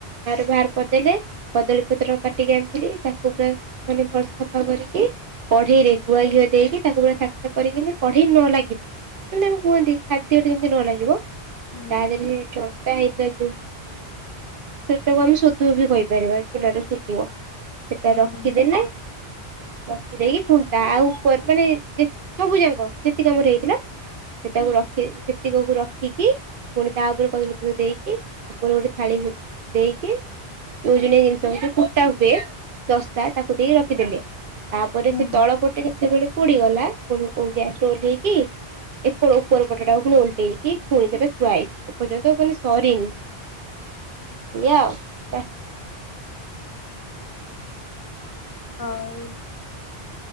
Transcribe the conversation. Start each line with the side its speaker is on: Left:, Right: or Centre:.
Right: ତାର ବାହାର କରିଦେଲେ। କଦଳୀ ପତ୍ର କାଟିକି ଆଣିଥିଲି ତାକୁ ପୁରା ମାନେ ଭଲସେ ସଫା କରିକି। କଢେଇରେ ଗୁଆ ଘିଅ ଦେଇକି ତାକୁ ପୁରା ଥାକଥାକ କରିକିି କଢେଇ ନ ଲାଗିବ। ଏମତି ଆମେ କୁହନ୍ତି ଖାଦ୍ୟରେ ଯେମତି ନ ଲାଗିବ
Left: ହୁଁ
Right: ତା ଦେହରେ ଚ <unintelligible> ସେଟାକୁ ଆମେ ଶୋଧୁ ବି କହିପାରିବା ଚୁନା ର ଶୋଧୁଅ। ସେଟା
Left: ହୁଁ
Right: ରଖିଦେଲେ ଖୀ ଦେଇକି ଫୁନ୍ଟା ତା ଉପରେ ମାନେ ଜେ ସବୁ ଯାକ ଯେତିକି ଆମର ହେଇଥିଲା। ସେଟାକୁ ରଖି ସେତିକକୁ ରଖିକି ପୁଣି ତା ଉପରେ କଦଳୀ ପତ୍ର ଦେଇକି ଉପରେ ଗୋଟେ ଥାଳି ଦେଇକି ଓଜନିଆ ଜିନିଷ ହଉଛି କୁଟା ହୁଏ ଦସ୍ତା ତାକୁ ଦେଇ ରଖିଦେଲେ। ତାପରେ ସେ
Left: ହୁଁ।
Right: ତଳ ପଟେ ଯେତେବେଳେ ପୋଡିଗଲା ପୁଣି ଗ୍ୟାସରୁ ଓହ୍ଲେଇକି ଏପ ଉପର ପଟାକୁ ପୁଣି ଉଲଟେଇକି ପୁଣି ସେଟା ଥୁଆଇଛି। ଏ ପର୍ଯ୍ୟନ୍ତ ମାନେ ସରିନି ଏୟା ଆଉ। ବାସ୍
Left: ହଁ